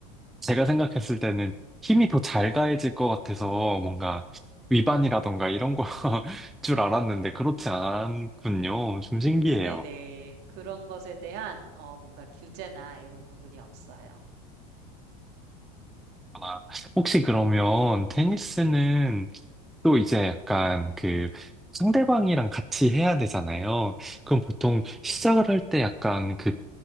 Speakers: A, in the centre; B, on the right (about 55°).
A: 제가 생각했을 때는 힘이 더 잘 가해질 것 같아서 뭔가 위반이라던가 이런 거 줄 <laughs> 알았는데 그렇지 않군요. 좀 신기해요.
B: 음, 네네. 그런 것에 대한, 어, 뭔가 규제나 이런 부분이 없어요.
A: 아, 혹시 그러면 테니스는 또 이제 약간 그 상대방이랑 같이 해야 되잖아요. 그럼 보통 시작을 할 때 약간 그